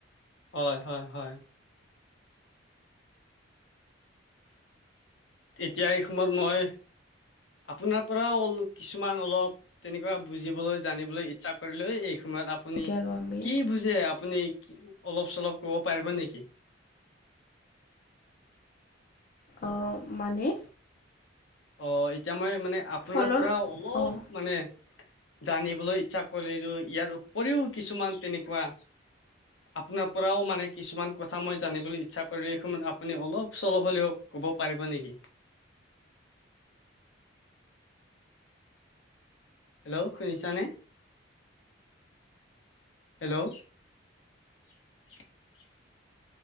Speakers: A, on the left; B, on the left.
A: হয়, হয়, হয়। তেতিয়া, এই সময়ত মই আপোনাৰ পৰাও কিছুমান অলপ তেনেকুৱা বুজিবলৈ, জানিবলৈ ইচ্ছা কৰিলে দেই। সময়ত আপুনি
B: লাগে আৰু আমি
A: কি বুজে, আপুনি? অলপ-চলপ ক'ব পাৰিব নেকি?
B: অ', মানে
A: অ', এতিয়া মই মানে, আপোনাৰ
B: ফলৰ
A: পৰাও অলপ
B: অঁ
A: মানে জানিবলৈ ইচ্ছা কৰিলোঁ। ইয়াৰ উপৰিও কিছুমান তেনেকুৱা আপোনাৰ পৰাও মানে কিছুমান কথা মই জানিবলৈ ইচ্ছা কৰিলোঁ। এই সময়ত আপুনি অলপ-চলপ হ'লেও ক'ব পাৰিব নেকি? হেল্ল'! শুনিছানে? হেল্ল'! <inaudible>